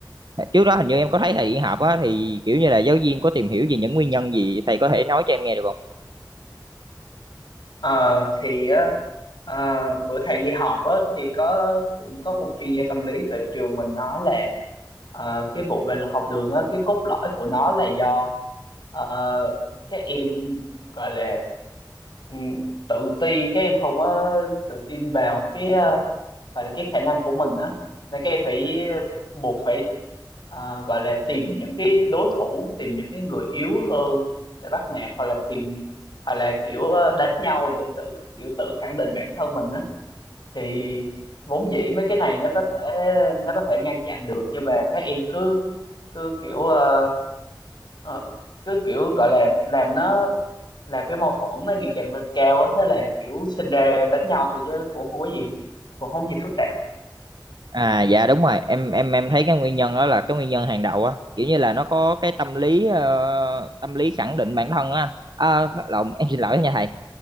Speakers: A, on the right (about 70°); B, on the left (about 70°).
A: trước đó hình như em có thấy thầy đi họp á thì kiểu như là giáo viên có tìm hiểu về những nguyên nhân gì thầy có thể nói cho em nghe được không
B: Ờ, thì á à, bữa thầy đi họp á thì có cũng có một chuyên gia tâm lý tại trường mình nói là ờ, cái vụ bạo lực học đường á cái cốt lõi của nó là do ờ, các em gọi là ừ, tự ti các em không có tự tin vào cái ờ, gọi là cái khả năng của mình á nên các em phải buộc phải ờ, gọi là tìm những cái đối thủ tìm những cái người yếu hơn để bắt nạt hoặc là tìm hoặc là kiểu ờ, đánh nhau để tự kiểu tự khẳng định bản thân mình á thì vốn dĩ mấy cái này nó có thể nó có thể ngăn chặn được nhưng mà các em cứ cứ kiểu ờ, ờ, cứ kiểu gọi là làm nó làm cái mâu thuẫn nó ngày càng lên cao á thế là kiểu sinh ra đánh nhau thôi chứ cũng không có gì cũng không có gì phức tạp
A: à dạ đúng rồi em em em thấy cái nguyên nhân đó là cái nguyên nhân hàng đầu á kiểu như là nó có cái tâm lý ờ, tâm lý khẳng định bản thân á anh à, lộn em xin lỗi nha thầy